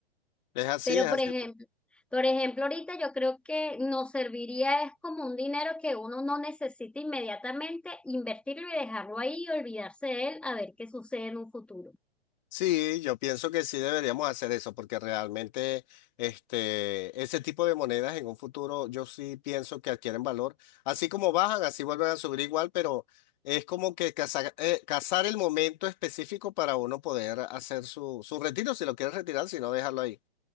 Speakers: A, on the left (about 45°); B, in the centre.
A: Es así,
B: Pero
A: es
B: por
A: así.
B: ejemplo, por ejemplo, ahorita yo creo que nos serviría es como un dinero que uno no necesita inmediatamente, invertirlo y dejarlo ahí y olvidarse de él a ver qué sucede en un futuro.
A: Sí, yo pienso que sí deberíamos hacer eso, porque realmente este, ese tipo de monedas en un futuro yo sí pienso que adquieren valor. Así como bajan, así vuelven a subir igual, pero es como que cazar, eh, cazar el momento específico para uno poder hacer su, su retiro, si lo quieres retirar, si no, dejarlo ahí.